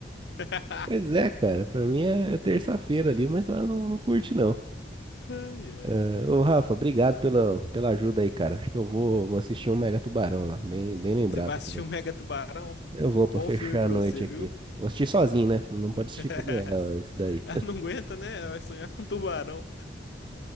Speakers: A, on the left; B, on the right.
A: <laughs>
B: Pois é, cara. Pra mim é, é terça-feira ali, mas ela não, não curte não.
A: Ai, ai.
B: É, ô, Rafa, obrigado pela, pela ajuda aí, cara. Acho que eu vou, vou assistir um Mega Tubarão lá. Bem, bem lembrado.
A: Você vai assistir o Mega Tubarão?
B: Eu vou pra
A: Bom
B: fechar
A: filme pra
B: a noite
A: você,
B: aqui.
A: viu?
B: Vou assistir sozinho, né? Não pode assistir
A: <laughs>
B: com a mulher, ó, isso daí.
A: Ela
B: <laughs>
A: não aguenta, né? Vai sonhar com tubarão.